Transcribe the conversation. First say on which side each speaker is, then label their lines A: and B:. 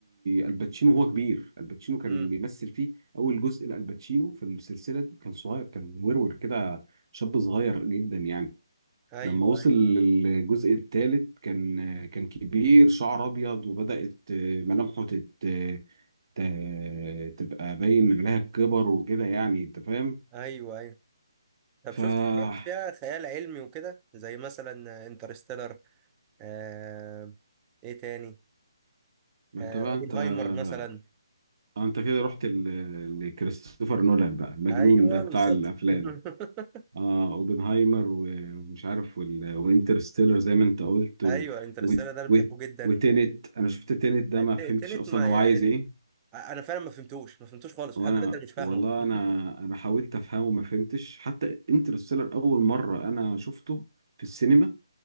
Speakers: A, on the right; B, on the right.
A: الباتشينو وهو كبير الباتشينو كان
B: امم
A: بيمثل فيه اول جزء لالباتشينو في السلسله دي كان صغير كان ورور كده شاب صغير جدا يعني
B: ايوه
A: لما وصل للجزء الثالث كان كان كبير شعر ابيض وبدات ملامحه تت... ت... تبقى باين عليها الكبر وكده يعني انت فاهم
B: ايوه ايوه ايوه طب
A: ف
B: شفت
A: ما
B: حاجات فيها خيال علمي وكده زي مثلا انترستيلر آه... ايه تاني
A: انت
B: آه...
A: بقى
B: اوبنهايمر
A: انت آه،
B: مثلا
A: انت كده رحت ل- لكريستوفر نولان بقى المجنون
B: ايوه
A: ده بتاع
B: بالظبط
A: الافلام
B: <laughs>
A: اه اوبنهايمر و- ومش عارف وال- وانترستيلر زي ما انت قلت و...
B: ايوه انترستيلر
A: و...
B: ده انا
A: و...
B: بحبه جدا
A: وتينت انا شفت تينت ده
B: الت-
A: ما فهمتش
B: التالت
A: اصلا
B: ما
A: هو
B: يعني
A: عايز ايه
B: انا فعلا ما فهمتوش ما فهمتوش خالص
A: وانا
B: لحد دلوقتي انا مش فاهمه
A: والله
B: <laughs>
A: انا انا حاولت افهمه ما فهمتش حتى انترستيلر اول مره انا شفته في السينما